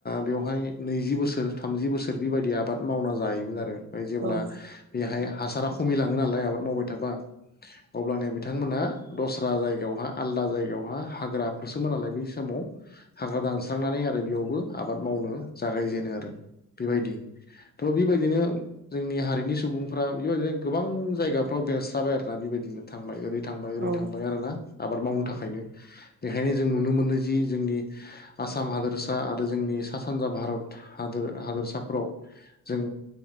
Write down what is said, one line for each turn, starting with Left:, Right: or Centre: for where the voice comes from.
Left: बेवहाय नैजि बोसोर थामजि बोसोर बेबायदि आबाद मावना जायोमोन आरो ओमफ्राय जेब्ला
Right: औ
Left: बेहाय हासारा खमि लाङो नालाय आबाद मावबाय थाबा अब्लानोया बिथांमोना दस्रा जायगायावहा आलदा जायगायावहा हाग्राफोरसोमोन नालाय बे हिसाबै सम हाग्रा दानस्रांनानै आरो बेयावबो आबाद मावनो जागायजेनो आरो बेबायदि थ' बेबायदिनो जोंनि हारिनि सुबुंफ्रा बेबायदिनो गोबां जायगाफ्राव बेरस्राबाय आरोना बेबायदिनो थांबाय ओरै थांबाय ओरै
Right: औ
Left: थांबाय
Right: औ
Left: आरो ना आबाद मावनो थाखायनो बेखायनो जों नुनो मोनो जि जोंनि आसाम हादोरसा आरो जोंनि सा सानजा भारत हाद हादोरसाफ्राव जों